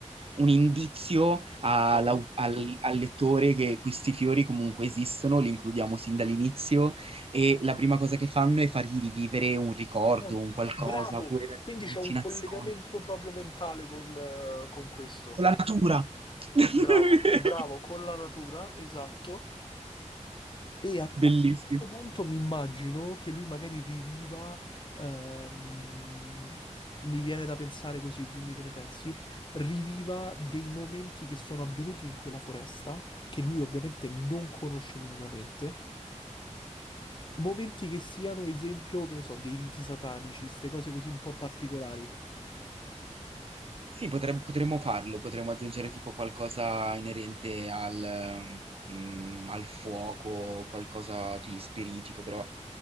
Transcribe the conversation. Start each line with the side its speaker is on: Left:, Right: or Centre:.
Right: un indizio all'au-
Left: Ah.
Right: al, al lettore che questi fiori comunque esistono, li includiamo sin dall'inizio e la prima cosa che fanno è fargli rivivere un ricordo,
Left: Ah,
Right: un qualcosa,
Left: Bravo,
Right: oppure delle
Left: quindi
Right: allucinazioni.
Left: c'è un collegamento proprio mentale con, eh, con questo.
Right: Con la natura! <laughs>
Left: Bravo, bravo, con la natura, esatto. E a questo
Right: Bellissimo.
Left: punto mi immagino che lui magari riviva, ehm, mi viene da pensare così, dimmi che ne pensi, riviva dei momenti che sono avvenuti in quella foresta, che lui ovviamente non conosce minimamente, momenti che siano esempio, che ne so, dei riti satanici, queste cose così un po' particolari.
Right: Sì, potrem- potremmo farlo, potremmo aggiungere tipo qualcosa inerente al, mm, al fuoco, qualcosa di spiritico, però